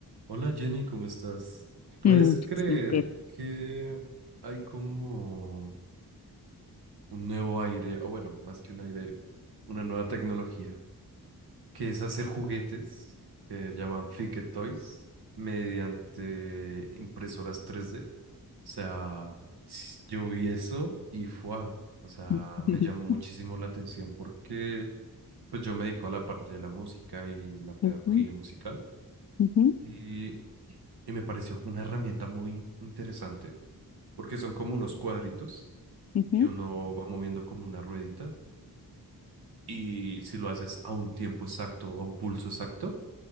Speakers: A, on the right (about 85°); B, on the left (about 45°).
A: Hola Jenny, ¿cómo estás? ¿Puedes
B: Mm,
A: creer
B: súper.
A: que hay como un nuevo aire, o bueno, más que un aire, una nueva tecnología, que es hacer juguetes que llaman Fidget Toys mediante impresoras tres d O sea, s- yo vi eso y fue, o sea,
B: <laughs>
A: me llamó muchísimo la atención porque pues yo me dedico a la parte de la música y la pedagogía
B: Ujú,
A: musical
B: ujú,
A: y, y me pareció una herramienta muy in- interesante porque son como unos cuadritos
B: ujú.
A: y uno va moviendo como una ruedita y si lo haces a un tiempo exacto, a un pulso exacto,